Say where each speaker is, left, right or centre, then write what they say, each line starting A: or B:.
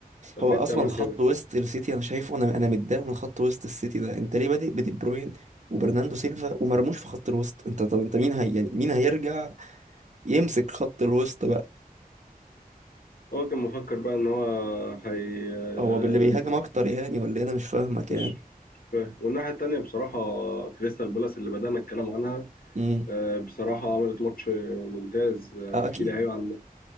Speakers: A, on the left; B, on the right.
A: طب
B: هو
A: ليه
B: اصلا
A: بتعمل
B: خط
A: كده؟
B: وسط السيتي انا شايفه انا انا متضايق من خط وسط السيتي ده انت ليه بادئ بدي بروين وبرناندو سيلفا ومرموش في خط الوسط انت طب انت مين هي يعني مين هيرجع يمسك خط الوسط بقى
A: هو كان مفكر بقى إن هو هي آه،
B: هو باللي بيهاجم اكتر يعني ولا إيه؟ انا مش فاهمك
A: مش
B: يعني
A: مش فاهم. والناحية التانية بصراحة كريستال بالاس اللي بدأنا الكلام عنها
B: امم
A: آه، بصراحة عملت ماتش ممتاز آه،
B: آه اكيد
A: في لعيبة عندها